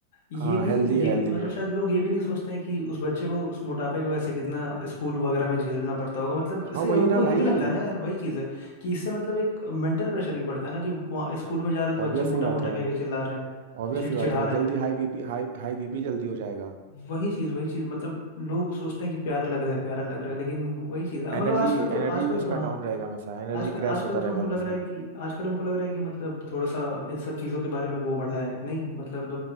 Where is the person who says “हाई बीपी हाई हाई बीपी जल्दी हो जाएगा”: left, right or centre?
Right